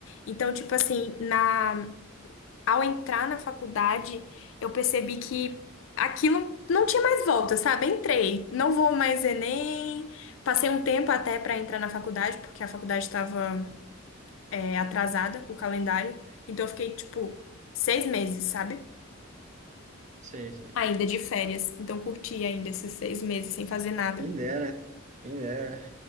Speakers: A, on the left; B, on the right.
A: Então, tipo assim, na ao entrar na faculdade, eu percebi que aquilo não tinha mais volta, sabe? Entrei, não vou mais Enem. Passei um tempo até pra entrar na faculdade, porque a faculdade estava atrasada, o calendário. Então, eu fiquei, tipo, seis meses, sabe?
B: Sei, sei.
A: Ainda de férias. Então, curti ainda esses seis meses sem fazer nada.
B: Quem dera, quem dera.